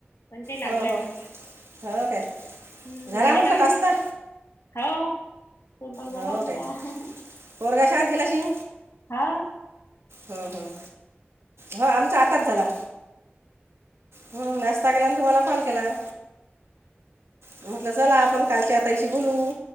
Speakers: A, on the left; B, on the right.
A: पण काही लागला
B: हो, हो,
A: नाही
B: हो काय,
A: हम्म
B: झाला
A: झाले
B: म्हटलं
A: काम
B: नास्ता?
A: मग? हो स्वयंपाक झाला
B: हो
A: आमचा.
B: काय पोरग्या शाळेत गेलाशी.
A: हां
B: हम्म हम्म हो आमचा आताच झाला. हम्म नाश्ता केलाने तुम्हाला कॉल केला. म्हटलं चला आपण कालच्या ताईशी बोलू.